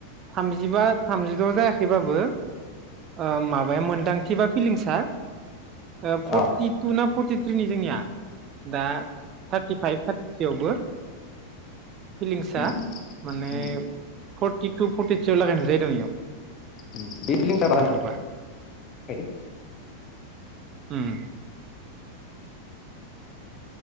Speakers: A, on the right; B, on the left.
A: थामजिबा थामजिद' जायाखैबाबो ओ माबाया मोनदांथि बा फिलिंसआ ओ फददितुना
B: अ
A: फटि थ्रिनि जोंनिया दा थार्टिफाइभ थार्टियावबो फिलिंसआ
B: उम
A: माने
B: उम
A: फर्टि टु फरटिथ्रियाव लागे नुजायो दं इयाव
B: <unintelligible>
A: अनुभबा उम